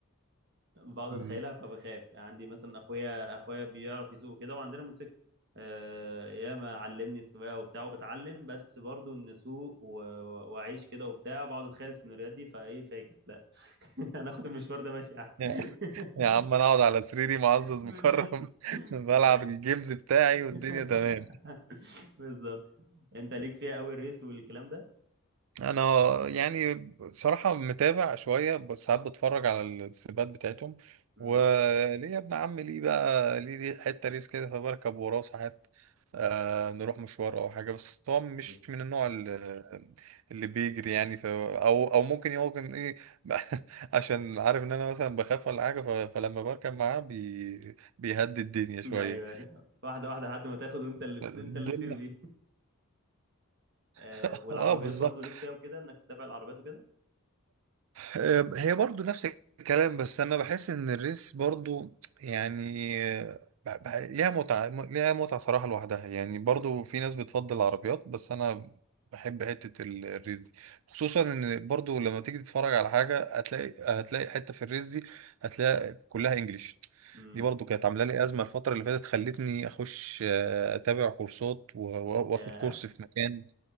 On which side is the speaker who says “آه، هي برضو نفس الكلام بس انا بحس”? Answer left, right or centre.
Right